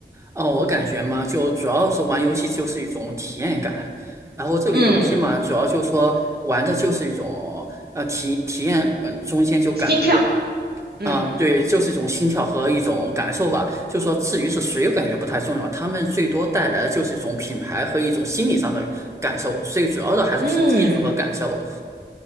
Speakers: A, on the right; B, on the right.
A: 哦，我感觉嘛，就主要是玩游戏就是一种体验感，然后这个游戏嘛，
B: 嗯，
A: 主要就是说玩的就是一种呃体体验，嗯，中间就感觉
B: 心跳，嗯。
A: 啊、对，就是一种心跳和一种感受吧。就说至于是谁，我感觉不太重要，他们最多带来的就是一种品牌和一种心理上的感受，最主要的还是凭技术和感受。
B: 嗯